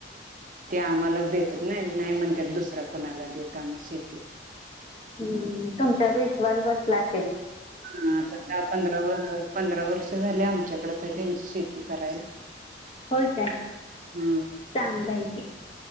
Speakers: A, on the right (about 45°); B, on the left (about 30°).
A: ते आम्हालाच देतात ना नाही म्हणतात दुसरा कोणाला देत आम्ही शे
B: हम्म तुमच्यावर विश्वास बसलाय.
A: ह आता त्या पंधरा पंधरा वर्ष झाले आमच्याकडं त्यांची शेती करायला.
B: होय काय
A: हम्म
B: चांगलं आहे कि